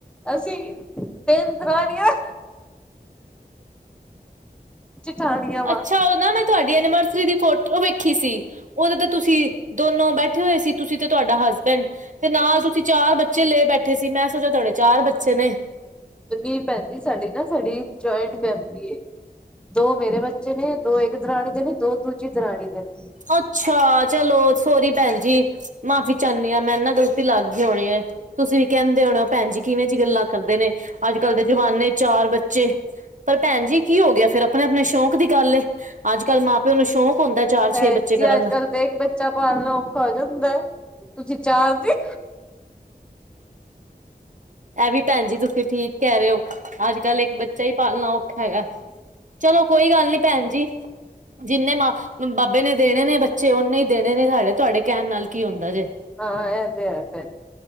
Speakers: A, in the centre; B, on the right.
A: ਅਸੀਂ ਤੇਨ ਦਰਾਣੀਆਂ ਜਠਾਣੀਆਂ ਵਾ
B: ਅੱਛਾ ਓ ਨਾ ਮੈਂ ਤੁਆਡੀ ਐਨੀਮਰਸਰੀ ਦੀ ਫੋਟੋ ਵੇਖੀ ਸੀ। ਓਦੇ ਤੇ ਤੁਸੀਂ ਦੋਨੋ ਬੈਠੇ ਹੋਏ ਸੀ ਤੁਸੀਂ ਤੇ ਤੁਆਡਾ ਹਸਬੈਂਡ। ਤੇ ਨਾਲ ਤੁਸੀਂ ਚਾਰ ਬੱਚੇ ਲੇ ਬੈਠੇ ਸੀ ਮੈਂ ਸੋਚਿਆ ਤੁਆਡੇ ਚਾਰ ਬੱਚੇ ਨੇ।
A: ਨੀ ਭੈਣ ਜੀ ਸਾਡੀ ਨਾ ਸਾਡੀ ਜੋਇੰਟ ਫੈਮਿਲੀ ਏ ਦੋ ਮੇਰੇ ਬ ਚੇ ਨੇ ਦੋ ਏਕ ਦਰਾਣੀ ਦੇ ਨੇ ਦੋ ਦੂਜੀ ਦਰਾਣੀ ਦੇ ਨੇ।
B: ਅੱਛਾ ਚਲੋ ਸੋਰੀ ਭੈਣ ਜੀ ਮਾਫ਼ੀ ਚਾਹਣੀ ਆਂ ਮੈਨ ਨਾ ਗ਼ਲਤੀ ਲੱਗ ਗੀ ਹੋਣੀ ਏ। ਤੁਸੀਂ ਵੀ ਕੈੰਦੇ ਹੋਣੇ ਔ ਭੈਣ ਜੀ ਕਿਵੇਂ ਜੀ ਗੱਲਾਂ ਕਰਦੇ ਨੇ ਅੱਜ-ਕੱਲ੍ਹ ਦੇ ਜਮਾਨੇ ਚ ਚਾਰ ਬੱਚੇ। ਪਰ ਭੈਣ ਜੀ ਕੀ ਹੋ ਗਿਆ ਫੇਰ ਅਪਣੇ-ਅਪਣੇ ਸ਼ੌਂਕ ਦੀ ਗੱਲ ਏ। ਅੱਜ ਕੱਲ੍ਹ ਮਾਂ ਪਿਓ ਨੂੰ ਸ਼ੌਂਕ ਹੁੰਦਾ ਚਾਰ
A: ਭੈਣਜੀ
B: ਛੇ ਬੱਚੇ ਕਰਨ
A: ਅੱਜ-ਕਲ
B: ਦਾ
A: ਤੇ ਏਕ ਬੱਚਾ ਪਾਲਣਾ ਔਖਾ ਹੋ ਜਾਂਦੈ। ਤੁਸੀਂ ਚਾਰ ਦੇ
B: ਐ ਵੀ ਭੈਣ ਜੀ ਤੁਸੀਂ ਠੀਕ ਕੈ ਰੇਔ, ਅੱਜ-ਕੱਲ ਇੱਕ ਬੱਚਾ ਈ ਪਾਲਣਾ ਔ ਖਾ ਹੈਗਾ ਚਲੋ ਕੋਈ ਗੱਲ ਨੀ ਭੈਣ ਜੀ। ਜਿੰਨੇ ਮਾ ਬਾਬੇ ਨੇ ਦੇਣੇ ਨੇ ਬੱਚੇ ਨੇ ਔਣੇ ਈ ਦੇਣੇ ਨੇ ਸਾਡੇ ਤੁਐਡੇ ਕੈਣ ਨਾਲ ਕੀ ਹੁੰਦਾ ਜੇ।
A: ਹਾਂ ਇਹ ਤੇ ਹੈ ਭੈਣ